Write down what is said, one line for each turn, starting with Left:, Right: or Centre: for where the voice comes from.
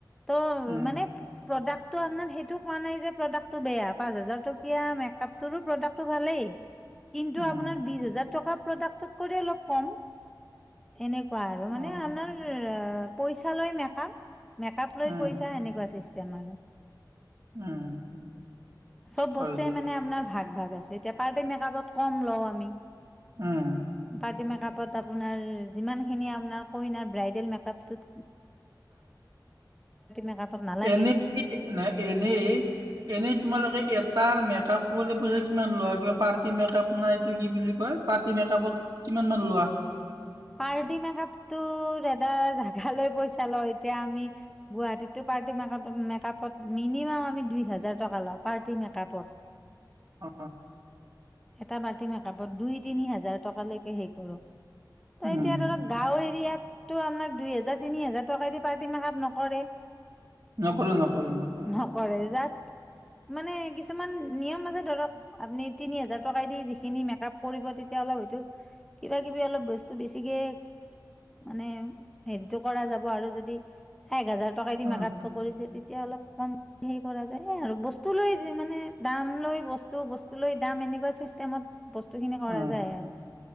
Centre: ত
Right: উম
Centre: মানে প্ৰডাকট আপনাক সেইটো কোৱা নাই যে প্ৰডাক্টটো বেয়া পাঁচ হাজাৰ টকীয়া মেকআপটোৰো প্ৰডাক্টটো ভালেই কিন্তু
Right: উম
Centre: আপোনাৰ বিশ হাজাৰ টকাত প্ৰডাক্টত কৰি অলপ কম। এনেকুৱা আৰু মানে
Right: উম অ
Centre: আনাৰ এ পইচালৈ মেকআপ। মেকআপ লৈ
Right: উম
Centre: পইচা এনেকুৱা ছিচটেম। তেমালে
Right: উম
Centre: চ'ব বস্তুৱে
Right: হয় দিয়া
Centre: মানে আপোনাৰ ভাগ ভাগ আছে এতিয়া পাৰ্টি মেকআপত কম লওঁ আমি।
Right: উম
Centre: পাৰ্টি মেক কাপত আপোনাৰ যিমান খিনি আপোনাৰ কইনাৰ ব্ৰাইডেল মেকআপ টোত মেকআপত নালাগে
Right: ই, এনে নয় এনেই এনেই তোমালোকে তাৰ মেকআপ কৰিলে পছে কিমান লোৱা? কিবা পাৰ্টি মেকপ নাই এইটো কি বুলি কয়, পাৰ্টি মেকআপত কিমান মান লোৱা?
Centre: পাৰটি মেকআপ দাদা জাগালৈ পইচা লওঁ এতিয়া আমি গুৱাহীততো পাৰ্টি মেকআপত মিনিমাম আমি দুই হাজাৰ টকা লওঁ, পাৰ্টি মেকাপত। <unintelligible>
Right: অ
Centre: এটা পাৰ্টি মেকআপত দুই তিনি হাজাৰ টকালৈকে হেই কৰোঁ। তাই
Right: উম
Centre: এতিয়া ধৰক গাঁও এৰিয়াত ত আৰনাক দুই হেজাৰ তিনি হেজাৰ টকা দি পাৰ্টি মেকাপ নকৰে।
Right: নকৰো নকৰো নকৰো
Centre: নকৰে জাষ্ট মানে কিছুমান নিয়ম আছে ধৰক আপুনি তিনি হাজাৰ টকাাই দি যিখিনি মেকআপ কৰিব তেতিয়া অলপ হয়তো কিবা কিবি অলপ ত বেছিকে মানে হেৰিতটো কৰা যাব আৰু যদি এক হাজাৰ টকা দি
Right: অ
Centre: মেকাপটো কৰিছে তেতিয়া অলপ কম হে কৰা যায় হে আৰু। বস্তু লৈ মানে দাম। লৈ বস্তু - বস্তু লৈ দাম এনেকুৱা চিষ্টেমত। বস্তুখিনি কৰা
Right: উম,
Centre: যায় আৰু